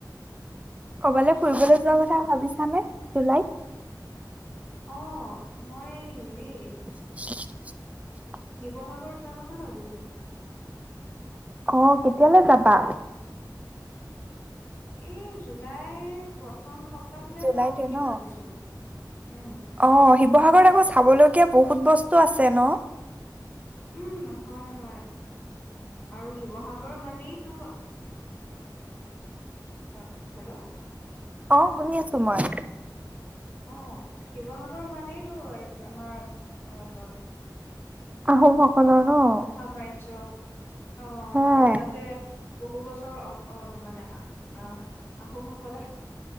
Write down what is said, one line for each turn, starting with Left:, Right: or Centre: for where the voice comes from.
Right: ক'বালে ফুৰিবলৈ যোৱা কথা ভাবিছানে? জুলাইত।
Left: অ', মই হেৰি
Right: <inaudible> <inaudible>
Left: শিৱসাগৰ যোৱা কথা ভাবিছোঁ।
Right: অ', কেতিয়ালৈ যাবা?
Left: এই জুলাই প্ৰথম সপ প্তাহটোতেই
Right: জুলাইতে
Left: যাওঁ নেকি
Right: ন?
Left: ভাবিছো। উম
Right: অ', শিৱসাগৰত আকৌ চাবলগীয়া বহুত বহুত বস্তু আছে ন?
Left: উম, হয় হয়। আৰু শিৱসাগৰ মানেইতো অ', হেল্ল'?
Right: অ', শুনি আছো মই।
Left: অঁ, শিৱসাগৰ মানেইটো আমাৰ অ
Right: আহোমসকলৰ
Left: আহোম
Right: ন?
Left: সাম্ৰাজ্য। অঁ,
Right: হয়।
Left: আৰু তাতে বহু বছ ৰ অ অহ মানে আহ আহোমসকলে